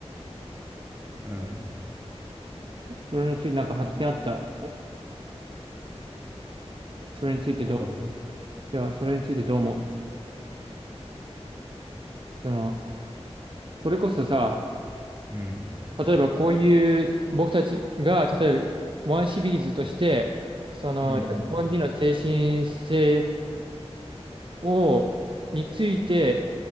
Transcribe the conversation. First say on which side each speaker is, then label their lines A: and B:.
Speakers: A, on the right; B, on the right.
A: うん。
B: それについてなんか発展あった。。それについてどう、
A: ボロは。
B: じゃあ、それについてどう思うその、それこそさ、
A: うん。
B: 例えばこういう、僕たちが、例えば、ワンシリーズとして、その、
A: うんうん。
B: 日本人の精神性
A: うん
B: を、について